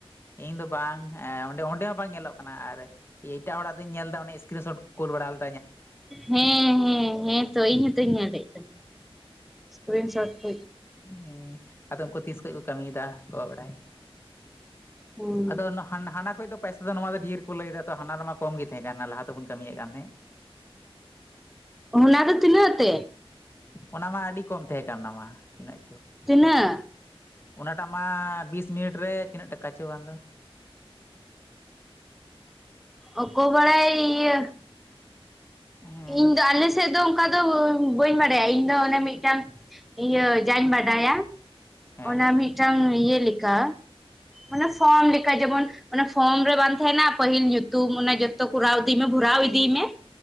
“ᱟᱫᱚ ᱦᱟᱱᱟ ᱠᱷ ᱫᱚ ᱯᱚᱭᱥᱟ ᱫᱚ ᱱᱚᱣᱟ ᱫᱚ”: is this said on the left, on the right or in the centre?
Left